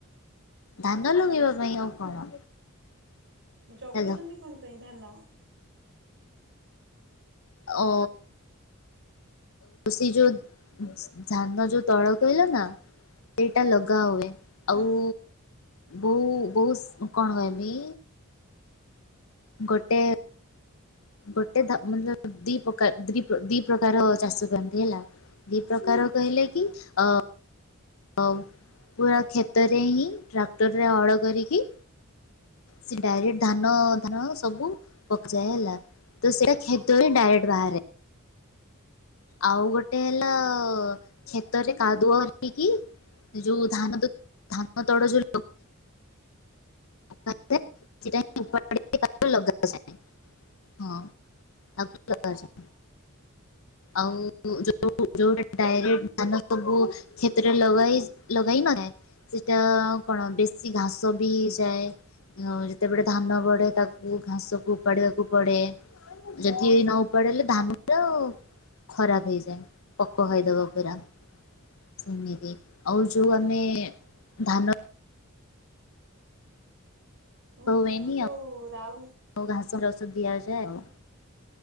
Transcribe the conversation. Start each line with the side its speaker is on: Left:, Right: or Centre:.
Left: ଧାନ ଲୁଗେଇବା ପାଇଁ ଆଉ କଣ।
Right: ଜଗୁଛନ୍ତି
Left: ହ୍ୟାଲୋ
Right: କଣ ପାଇଁ ଧାନ?
Left: ଓ ସେ ଯୋଉ ଧାନ ଯୋଉ ତଳ କହିଲା ନା ଏଇଟା ଲଗା ହୁଏ।
Right: ହୁଁ
Left: ଆଉ ବୋଉ ବୋଉସ୍ କଣ କହମି ଗୋଟେ ଗୋଟେ ମ ଦି ପ୍ରକାର ଦି ଦି ପ୍ରକାର ଚାଷ କରନ୍ତି ହେଲା। ଦି ପ୍ରକାର କହିଲେ କି, ଅ ଆଉ ପୁରା କ୍ଷେତରେ ହିଁ ଟ୍ରାକ୍ଟରରେ ହଳ କରିକି ସେ ଡାଇରେକ୍ଟ ଧାନ ଧାନ ଯାକ ସବୁ ପକା ହେଲା। ତ ସେଇଟା ଖେତରେ ଡାଇରେକ୍ଟ ବାହାରେ। ଆଉ ଗୋଟେ ହେଲା, କ୍ଷେତରେ କାଦୁଅ ହେଇକି ଯୋଉ ଧାନ ଧାନ ତଳ ଯୋଉ ଲଗ <unintelligible>
Right: ହୁଁ
Left: ଲଗାଯାଏ ହଁ। ତାକୁ ଲଗାଯାଏ
Right: ଓ ହୋ।
Left: ଆଉ ଯୋଉ ଯୋଉ ଡାଇରେକ୍ଟ ଧାନ ସବୁ କ୍ଷେତରେ ଲଗା ହେଇ ଲଗାହେଇନି। ସେଟା କଣ ବେଶୀ ଘାସ ବି ହେଇଯାଏ। ନ ଯେତେବେଳେ ଧାନ ବଢେ ତାକୁ ଘାସକୁ ଉପାଡ଼ିବାକୁ ପଡ଼େ। ଯଦି ଏଇ ନ ଉପଡେଇଲେ ଧାନ ତ ଆଉ ଖରାପ ହେଇଯାଏ ପୋକ ଖାଇଦବ ପୁରା। ସେମିତି ଆଉ ଯୋଉ ଆମେ ଧାନ
Right: ଉଁ
Left: ଧାନ ହୁଏନି
Right: ଯୋଉ
Left: ଆଉ
Right: ରାଉଲ
Left: ଘାସ <unintelligible> ଦିଆଯାଏ ଆଉ।